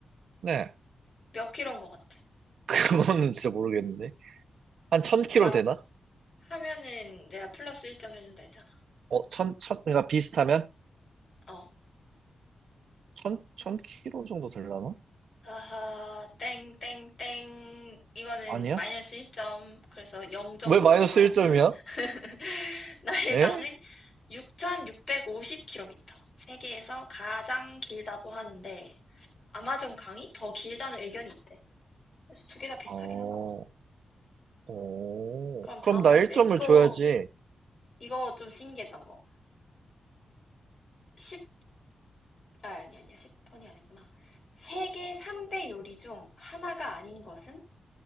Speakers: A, on the right; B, on the left.
A: 네. <laughs>
B: 몇 킬로인 것 같아?
A: 그거는 진짜 모르겠는데. 한 천 킬로
B: 맞
A: 되나?
B: 하면은 내가 플러스 일 점 해준다 했잖아.
A: 어, 천, 천, 그러니까 비슷하면?
B: 어.
A: 천, 천 킬로 정도 되려나?
B: 아하, 땡, 땡, 땡. 이거는
A: 아니야?
B: 마이너스 1점. 그래서 0점으로
A: 왜 마이너스
B: 돌아갑니다.
A: 1점이야?
B: <laughs> 나일강은
A: 에?
B: 6,650km. 세계에서 가장 길다고 하는데, 아마존 강이 더 길다는 의견이 있대. 그래서 두개 다 비슷하긴
A: 어,
B: 한가 봐.
A: 오,
B: 그럼 다음
A: 그럼 나
B: 번째.
A: 1점을
B: 이거,
A: 줘야지.
B: 이거 좀 신기했던 거. 10, 아, 아니, 아니야. 십 번이 아니구나. 세계 3대 요리 중 하나가 아닌 것은?